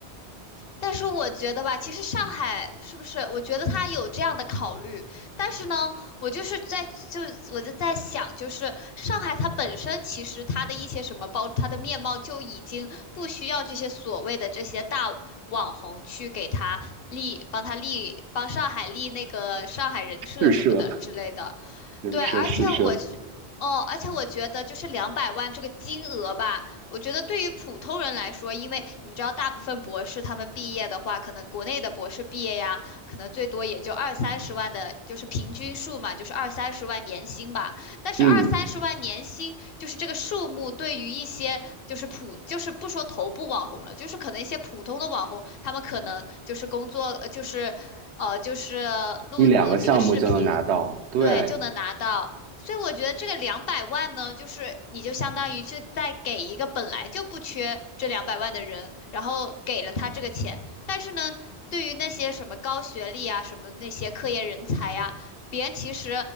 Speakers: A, on the left; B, on the right.
A: 但是我觉得吧，其实上海是不是？我觉得他有这样的考虑，但是呢，我就是在就我就在想，就是上海它本身其实它的一些什么包，它的面貌就已经不需要这些所谓的这些大网红去给他立，帮他立，帮上海立那个上海人设什么的之类的。
B: 是奢，人奢是奢，
A: 对，而且我是，哦，而且我觉得就是两百万这个金额吧，我觉得对于普通人来说，因为你知道，大部分博士他们毕业的话，可能国内的博士毕业呀，可能最多也就二三十万的，就是平均数嘛，就是二三十万年薪吧。但是二三十万年薪，
B: 嗯。
A: 就是这个数目，对于一些就是普，就是不说头部网红了，就是可能一些普通的网红，他们可能就是工作，呃，就是。呃，就是录录几个视频，
B: 一两个项目就能拿到。对，
A: 对，就能拿到。所以我觉得这个两百万呢，就是你就相当于是在给一个本来就不缺这两百万的人，然后给了他这个钱。但是呢，对于那些什么高学历啊，什么那些科研人才呀、别人其实，